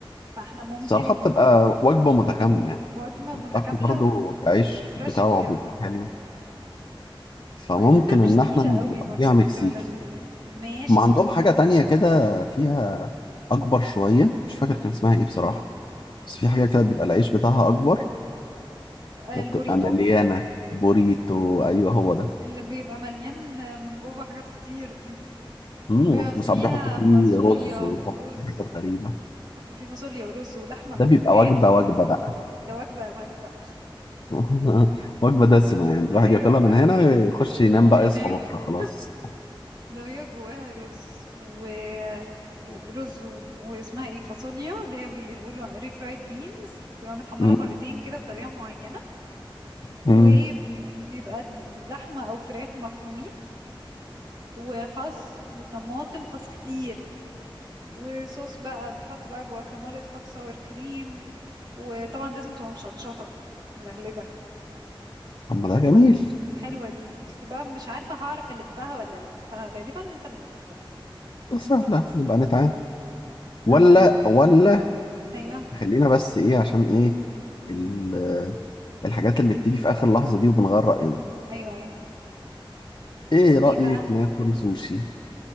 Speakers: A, on the right (about 50°); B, on the left (about 50°).
A: فاحنا ممكن
B: الصراحة بتبقى وجبة متكاملة يعني
A: وجبة
B: والتاكو
A: متكاملة
B: برضو
A: و...
B: العيش
A: وريفرشنج
B: بتاعه
A: كده
B: بيبقى حلو فممكن
A: بحس انها مش
B: إن
A: تقيلة
B: إحنا نقضيها
A: قوي برضو فبتبقى
B: مكسيكي
A: لذيذة ماشي
B: ما عندهم حاجة تانية كده فيها أكبر شوية مش فاكر كان اسمها إيه بصراحة بس في
A: ال...
B: حاجة كده بيبقى العيش بتاعها أكبر
A: البوريتو
B: وبتبقى مليانة بوريتو أيوه هو ده
A: اللي بيبقى مليان من جوه حاجات كتير دي
B: موز
A: اللي بيبقى فيها
B: وساعات بيحطوا فيه
A: فاصوليا
B: رز ويحطوا
A: ورز
B: فيه حاجات غريبة
A: حطوا فيه فاصوليا ورز ولحمة
B: ده
A: او
B: بيبقى
A: فراخ
B: وجبة وجبة بقى
A: ده وجبة وجبة
B: <laughs> وجبة دسمة
A: <laughs>
B: يعني
A: ايوه
B: الواحد ياكلها
A: قوي
B: من هنا يخش ينام
A: وينام
B: بقى يصحى بكرة خلاص
A: <laughs> ده بيبقى جواها رز و ورز و... واسمها ايه فاصوليا اللي هي بيقولوا ري فرايد بينز تبقى متحمرة
B: مم.
A: مرتين كده بطريقة معينة وبيبقى
B: مم.
A: د- لحمة أو فراخ مفرومين وخس وطماطم خس كتير وصوص بقى بتحط بقى جواكامولي تحط ساور كريم وطبعا لازم تبقى مشطشطة ملهلبة
B: طب ما ده جميل
A: ف حلوة دي بس بقى مش عارفة هعرف ألفها ولا لأ فغالبا انت اللي هتلفها
B: ده سهلة نبقى نتعامل ولا
A: عشان
B: ولا
A: أيوة
B: خلينا بس إيه عشان إيه ال- الحاجات اللي بتيجي في آخر لحظة دي وبنغير رأينا
A: أيوة أيوة
B: إيه رأيك
A: ايه بقى
B: ناكل سوشي؟